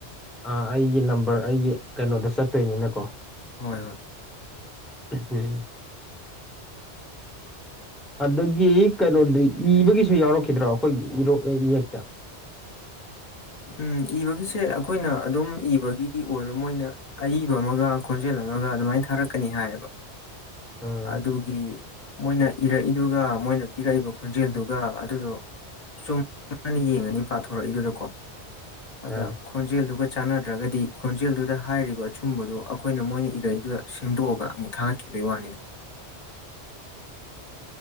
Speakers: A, in the centre; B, on the left.
A: ꯑ ꯑꯩꯒꯤ ꯅꯝꯕ꯭ꯔ ꯑꯩꯒꯤ ꯀꯩꯅꯣꯗ ꯆꯠꯇꯣꯏꯅꯤꯅꯀꯣ
B: ꯍꯣꯏ ꯍꯣꯏ
A: ꯎꯝ <unintelligible> ꯑꯗꯒꯤ ꯀꯩꯅꯣꯗꯤ ꯏꯕꯒꯤꯁꯨ ꯌꯥꯎꯔꯛꯈꯤꯗ꯭ꯔꯣ ꯑꯩꯈꯣꯏꯒꯤ ꯏꯔꯣꯛ ꯏꯌꯦꯛꯇ
B: ꯎꯝ ꯏꯕꯒꯤꯁꯦ ꯑꯩꯈꯣꯏꯅ ꯑꯗꯨꯝ ꯏꯕꯒꯤꯗꯤ ꯑꯣꯏꯔꯣ ꯃꯣꯏꯅ ꯑꯏꯕ ꯑꯃꯒ ꯈꯣꯟꯖꯦꯜ ꯑꯃꯒ ꯑꯗꯨꯃꯥꯏ ꯊꯥꯔꯛꯀꯅꯤ ꯍꯥꯏꯌꯦꯕ
A: ꯎꯝ
B: ꯑꯗꯨꯒꯤ ꯃꯣꯏꯅ ꯏꯔꯛꯏꯗꯨꯒ ꯃꯣꯏꯅ ꯄꯤꯔꯛꯏꯕ ꯈꯣꯟꯖꯦꯜꯗꯨꯒ ꯑꯗꯨꯗꯣ ꯆꯨꯝꯅ ꯌꯦꯡꯉꯅꯤ ꯄꯥꯊꯣꯔꯛꯏꯗꯨꯗꯀꯣ ꯑꯗ
A: ꯑ
B: ꯈꯣꯟꯖꯦꯜꯗꯨꯒ ꯆꯥꯟꯅꯗ꯭ꯔꯒꯗꯤ ꯈꯣꯟꯖꯦꯜꯗꯨꯗ ꯍꯥꯏꯔꯤꯕ ꯑꯆꯨꯝꯕꯗꯣ ꯑꯩꯈꯣꯏꯅ ꯃꯣꯏꯅ ꯏꯔꯛꯏꯗꯨꯗ ꯁꯦꯝꯗꯣꯛꯑꯒ ꯑꯃꯨꯛ ꯊꯥꯒꯠꯈꯤꯕꯩ ꯋꯥꯅꯤꯗ